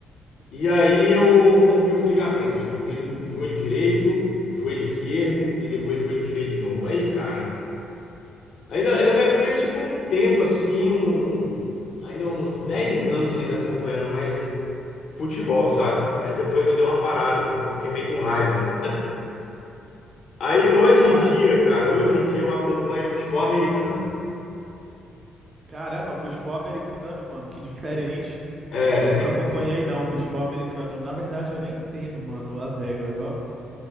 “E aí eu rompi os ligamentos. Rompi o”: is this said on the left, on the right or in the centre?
Left